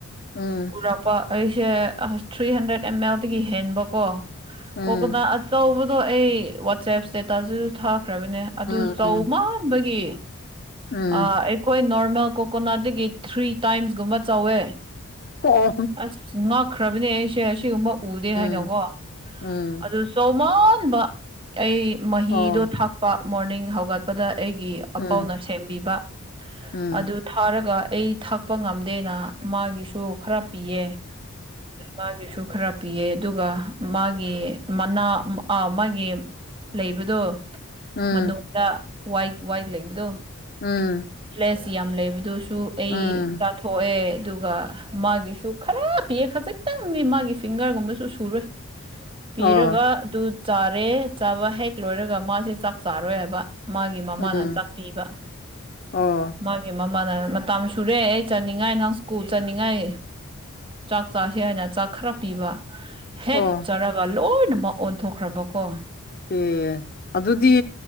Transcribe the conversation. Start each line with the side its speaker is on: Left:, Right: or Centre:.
Left: ꯎꯝ
Right: ꯄꯨꯔꯛ ꯑꯩꯁꯦ ꯑ ꯊ꯭ꯔꯤ ꯍꯟꯗ꯭ꯔꯦꯗ ꯑꯦꯝ ꯑꯦꯜꯗꯒꯤ ꯍꯦꯟꯕ ꯀꯣ
Left: ꯎꯝ
Right: ꯀꯣꯛꯀꯣꯗ ꯆꯧꯕꯗꯣ ꯑꯩ ꯋꯥꯆꯦꯞ ꯁ꯭ꯇꯦꯇꯁꯗꯁꯨ ꯊꯥꯈ꯭ꯔꯕꯅꯦ ꯑꯗꯨ
Left: ꯎꯝ
Right: ꯆꯧ
Left: ꯎꯝ
Right: ꯃꯥꯟꯕꯒꯤ
Left: ꯎꯝ
Right: ꯑꯥ ꯑꯩꯈꯣꯏ ꯅꯣꯔꯃꯦꯜ ꯀꯣꯀꯣꯅꯠꯇꯒꯤ ꯊ꯭ꯔꯤ ꯇꯥꯏꯝꯁꯀꯨꯝꯕ ꯆꯧꯋꯦ
Left: ꯑꯣ <unintelligible>
Right: ꯑꯁ ꯉꯥꯛꯈ꯭ꯔꯕꯅꯦ ꯑꯩꯁꯦ ꯑꯁꯤꯒꯨꯝꯕ ꯎꯗꯦ
Left: ꯎꯝ
Right: ꯍꯥꯏꯅꯀꯣ
Left: ꯎꯝ
Right: ꯑꯗꯨ ꯆꯧꯃꯥꯟꯕ ꯑꯩ ꯃꯍꯤꯗꯣ
Left: ꯑꯣ
Right: ꯊꯥꯛꯄ ꯃꯣꯔꯅꯤꯡ ꯍꯧꯒꯠꯄꯗ ꯑꯩꯒꯤ
Left: ꯎꯝ
Right: ꯑꯄꯥꯎꯅ ꯁꯦꯝꯕꯤꯕ
Left: ꯎꯝ
Right: ꯑꯗꯨ ꯊꯥꯔꯒ ꯑꯩ ꯊꯥꯛꯄ ꯉꯝ ꯗꯦꯅ ꯃꯥꯒꯤꯁꯨ ꯈꯔ ꯄꯤꯌꯦ ꯃꯥꯒꯤꯁꯨ ꯈꯔ ꯄꯤꯌꯦ ꯑꯗꯨꯒ ꯃꯥꯒꯤ ꯃꯅꯥ ꯑ ꯃꯥꯒꯤ ꯂꯩꯕꯗꯣ
Left: ꯎꯝ
Right: ꯃꯅꯨꯡꯗ ꯋꯥꯏꯠ ꯋꯥꯏꯠ ꯂꯩꯕꯗꯣ
Left: ꯑꯝ
Right: ꯂꯦꯁ ꯌꯥꯝ ꯂꯩꯕꯗꯨꯁꯨ ꯑꯩ
Left: ꯎꯝ
Right: ꯆꯥꯊꯣꯛꯑꯦ ꯑꯗꯨꯒ ꯃꯥꯒꯤꯁꯨ ꯈꯔ ꯄꯤꯑ ꯈꯖꯤꯛꯇꯪꯗꯤ ꯃꯥꯒꯤ ꯐꯤꯡꯒꯔꯒꯨꯝꯕꯁꯨ ꯁꯨꯔꯣꯏ ꯄꯤꯔꯒ
Left: ꯑꯣ
Right: ꯑꯗꯨ ꯆꯥꯔꯦ ꯆꯥꯕ ꯍꯦꯛ ꯂꯣꯏꯔꯒ ꯃꯥꯁꯦ ꯆꯥꯛ ꯆꯥꯔꯣꯏꯑꯕ ꯃꯥꯒꯤ ꯃꯃꯥꯅ
Left: ꯎꯝ
Right: ꯆꯥꯛꯄꯤꯕ
Left: ꯑꯣ
Right: ꯃꯥꯒꯤ ꯃꯃꯥꯅ ꯃꯇꯝ ꯁꯨꯔꯦ ꯑꯩ ꯆꯟꯅꯤꯡꯉꯥꯏ ꯅꯪ ꯁ꯭ꯀꯨꯜ ꯆꯠꯅꯤꯡꯉꯥꯏ ꯆꯥꯛ ꯆꯥꯥꯁꯦ ꯍꯥꯏꯅ ꯆꯥꯛ ꯈꯔ ꯄꯤꯕ ꯍꯦꯛ
Left: ꯑꯣ
Right: ꯆꯔꯒ ꯂꯣꯏꯅꯃꯛ ꯑꯣꯟꯊꯣꯛꯈ꯭ꯔꯕꯀꯣ
Left: ꯑꯦ ꯑꯗꯨꯗꯤ